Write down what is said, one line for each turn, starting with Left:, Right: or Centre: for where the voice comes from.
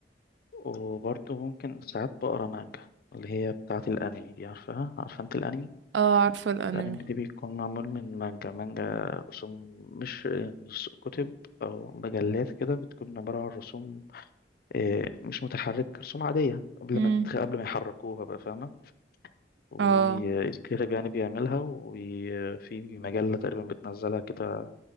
Left: وبرضه ممكن ساعات بقرا مانجا اللي هي بتاعة الأنمي دي عارفها عارفة أنت الأنمي
Right: اه عارفة الانمي
Left: الأنمي دي بيكون معمول من مانجا مانجا رسوم مش مش كتب أو مجلات كده بتكون عبارة عن رسوم آه، مش متحرك رسوم عادية قبل
Right: امم
Left: ما تخ... قبل ما يحركوها بقى فاهمة والكاتب
Right: اه
Left: يعني بيعملها وفي مجلة تقريبا بتنزلها كده